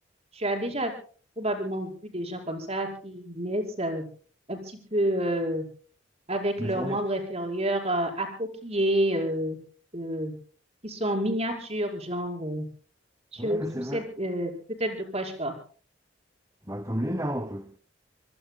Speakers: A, on the right; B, on the right.
A: tu as déjà probablement vu des gens comme ça qui naissent euh, un petit peu euh, avec leurs
B: Déformé.
A: membres inférieurs euh, accroquillés, euh, euh, qui sont miniatures, genre. euh, tu,
B: Ouais, c'est
A: tu sais
B: vrai.
A: euh, peut-être de quoi je parle.
B: Bah, comme les nains, un peu.